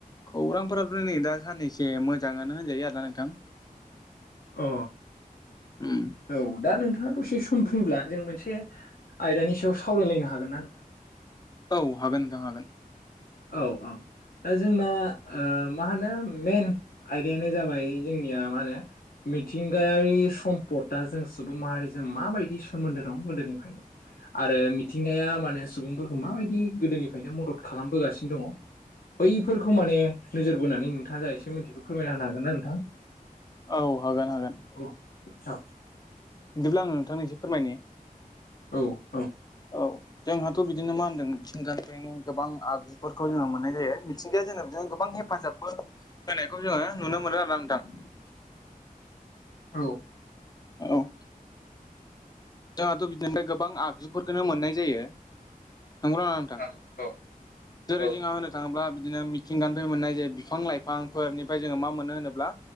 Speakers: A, on the left; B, on the left.
A: खौरांफोराथ' नै दा साननैसे मोजाङानो होनजायो आरोना नोंथां
B: अ
A: उम
B: औ दा नोंथाङा दसे सम फ्रिब्ला जों मोनसे आयदानि सायाव सावरायलायनो हागोना नोंथां
A: औ हागोन नोंथां हागोन
B: औ औ दा जोंना ओ मा होनो मेन आयदायानो जाबाय जोंनिया मा होनो मिथिंगायारि सम्पदआ जों सुबुं माहारिजों माबायदि सोमोन्दो दं गोदोनिफ्रायनो आरो मिथिंगाया माने सुबुंफोरखौ माबायदि गोदोनिफ्रायनो मदद खालामबोगासिनो दङ' बैफोरखौ माने नोजोर बोनानै नोंथाङा जा एसे मिथिखो फोरमायना होनो हागोन ना नोंथां
A: औ हागोन हागोन
B: <unintelligible>
A: बिदिब्ला आं नोंथांनो एसे फोरमायनि
B: औ औ
A: औ जोंहाथ' बिदिनो मा होनदों मिथिंगानिफ्रायनो गोबां आगजुफोरखौ जोङो मोननाय जायो मिथिंगाया जोंनो गोबां हेफाजाब बो होनायखौ जोङो नुनो मोनो आरोना नोंथां
B: <inaudible> औ
A: औ जोंहाथ' बिदिनिफ्राय गोबां आगजुफोरखोनो मोननाय जायो नंगौना नङा थां
B: हागोन
A: जेरै जोंहा
B: ना नोंथां
A: होनो थाङोब्ला बिदिनो मिथिंगानिफाय मोननाय जायो बिफां लाइफांफोरनिफ्राय जोङो मा मोनो होनोब्ला